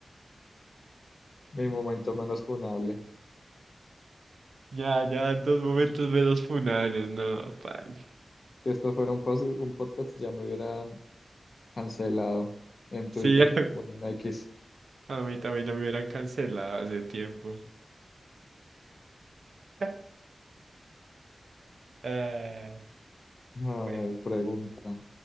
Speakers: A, on the left (about 55°); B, on the right (about 85°).
A: Mi momento menos funable.
B: Ya, ya, en dos momentos menos funables, no, paila.
A: Si esto fuera un, pos- un podcast, ya me hubieran cancelado en
B: Sí,
A: Twitter.
B: <laughs>
A: Bueno, en X.
B: A mí también ya me hubieran cancelado hace tiempo. <laughs> Ah,
A: A
B: bueno,
A: ver, pregunta.